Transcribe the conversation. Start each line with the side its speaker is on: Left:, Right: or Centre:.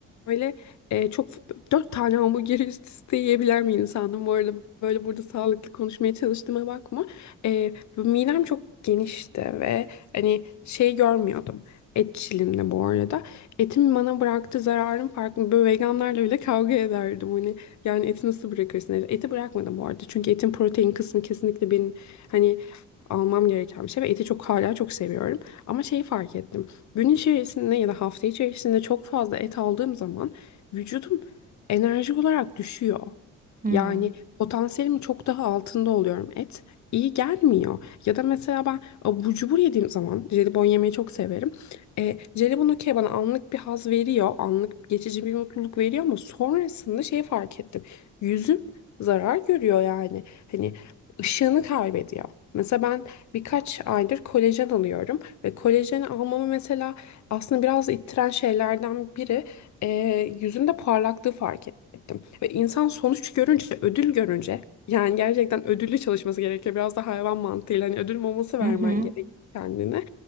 Left: böyle e, çok dört tane hamburgeri üst üste yiyebilen bir insandım. Bu arada böyle burada sağlıklı konuşmaya çalıştığıma bakma. Ee, bu midem çok genişti ve hani şey görmüyordum. Etçilimde bu arada. Etin bana bıraktığı zararın farkında. Böyle veganlarla bile kavga ederdim. Hani yani eti nasıl bırakırsın? Hani, Eti bırakmadım bu arada. Çünkü etin protein kısmı kesinlikle benim hani almam gereken bir şey ve eti çok hala çok seviyorum. Ama şeyi fark ettim. Gün içerisinde ya da hafta içerisinde çok fazla et aldığım zaman vücudum enerji olarak düşüyor.
Right: Hmm.
Left: Yani potansiyelimin çok daha altında oluyorum. Et iyi gelmiyor. Ya da mesela ben abur cubur yediğim zaman jelibon yemeyi çok severim. E, jelibon okey bana anlık bir haz veriyor. Anlık geçici bir mutluluk veriyor ama sonrasında şeyi fark ettim. Yüzüm zarar görüyor yani. Hani ışığını kaybediyor. Mesela ben birkaç aydır kolajen alıyorum. Ve kolajen almamı mesela aslında biraz ittiren şeylerden biri e, yüzümde parlaklığı fark ettim. Ve insan sonuç görünce, ödül görünce yani gerçekten ödüllü çalışması gerekiyor. Biraz da hayvan mantığıyla hani ödül maması vermen
Right: Hı hı.
Left: gerekiyor kendine.